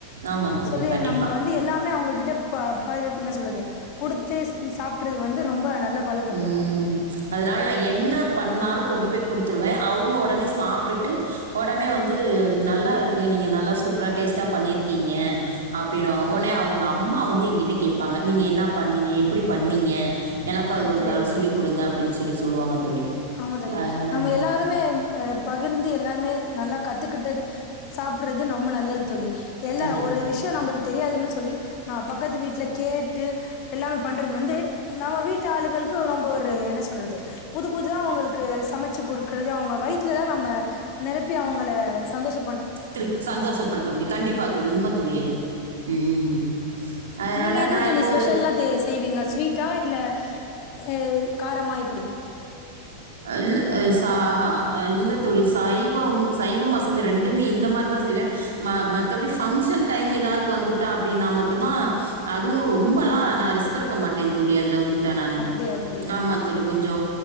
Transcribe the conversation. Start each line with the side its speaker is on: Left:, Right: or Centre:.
Right: ஆமாம் தோழி
Left: சொல்லு
Right: கண்டிப்பாக
Left: நம்ப வந்து எல்லாமே அவங்க கிட்ட பா ப என்ன சொல்றது கொடுத்து சாப்டுறது வந்து ரொம்ப நல்ல பழக்கம்
Right: உம்
Left: தோழி
Right: அதனால நா என்னப் பண்ணாலும் கொண்டு போய் கொடுத்துருவே அவங்க உடனே சாப்டடுட்டு உடனே வந்து நல்லா இருக்கு நீ நீங்க நல்லா சூப்பரா டேஸ்ட்டா பண்ணிருக்கீங்க அப்டினுவாங்க உடனே அவங்க அம்மா வந்து எங்கிட்ட கேப்பாங்க நீங்க என்னா பண்ணீங்க எப்டி பண்ணீங்க க்கா அது
Left: அப்படியா
Right: ஒரு தடவ
Left: தோழி
Right: சொல்லிக் கொடுங்க அப்டின்னு சொல்லி சொல்லுவாங்க தோழி.
Left: ஆமா தோளி
Right: அதனால
Left: நம்ம எல்லாருமே ஆ பகிர்ந்து எல்லாருமே நல்லா கத்துக்கிட்டது சா ப்பறது ரொம்ப நல்லது தோளி எல்லா
Right: கண்டிப்பா.
Left: ஒரு விஷியோ நம்பளுக்கு தெரியாதுன்னு சொல்லி நா பக்கத்து வீட்ல கேட்டு ட்டு எல்லாமே பண்றது வந்து நம்ம வீட்டு ஆளுங்களுக்கு ரொம்ப ஒரு என்ன சொல்றது புதுசு புதுசா அவங்களுக்கு சமச்சி குடுக்குறது அவங்க வயித்துல தா நம்ம நெரப்பி அவங்கள சந்தோஷ
Right: திருப் சந்தோஷப்படுத்த முடியு கண்டிப்பா தோளி உண்ம தோளி அது ம் அதனால
Left: நீங்க என்ன
Right: நான்
Left: தோளி
Right: இப்போ
Left: ஸ்பெஷல்லா
Right: ஒரு
Left: தெ செய்வீங்க ஸ்வீட்டா இல்ல ஆ காரமா எப்பிடி
Right: இல் ஆ சாஆ இல்ல தோளி சைவோம் சைவோ அசைவுமே ரெண்டு எப்பேயுமே இந்த மாரி தாஅ செய்வே ம மத்தபடி ஃபங்க்ஷன் டைம் ஏதாவது து வந்துட்டா அப்டின்னா மட்டுந்தா அதுவு ரொம்பல்லா நா ரிஸ்க் எடுக்க மாட்டே தோளி அதுல வந்துட்ட நானு
Left: அப்டியா தோழி.
Right: ஆமா தோளி கொஞ்சு